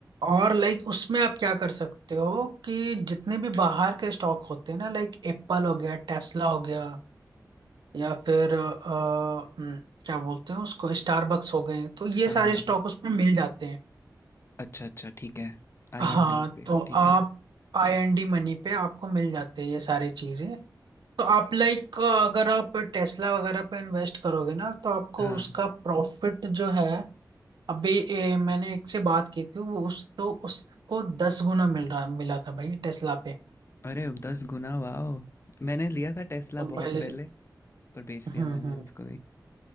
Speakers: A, on the right; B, on the left.
A: और लाइक उसमें आप क्या कर सकते हो कि जितने भी बाहर के स्टॉक होते हैं ना लाइक एप्पल हो गया टेस्ला हो गया या फिर अ, हम्म, क्या बोलते हैं उसको स्टारबक्स हो गए तो ये
B: हाँ,
A: सारे स्टॉक उसमें मिल जाते हैं
B: अच्छा, अच्छा, ठीक है। आईएनडी
A: हाँ
B: पे,
A: तो
B: ठीक
A: आप
B: है।
A: आई एन डी मनी पे आपको मिल जाते हैं ये सारी चीजें तो आप लाइक अगर आप टेस्ला वगैरह पे इन्वेस्ट करोगे ना तो आपको
B: हाँ,
A: उसका प्रॉफिट जो है अभी ए, मैंने एक से बात की थी वो उस तो उसको दस गुना मिल रहा मिला था भाई टेस्ला पे
B: अरे 10 गुना, वॉव! मैंने लिया था टेस्ला
A: तो भाई
B: बहुत पहले, पर बेच
A: हम्म
B: दिया मैंने
A: हम्म
B: उसको भी।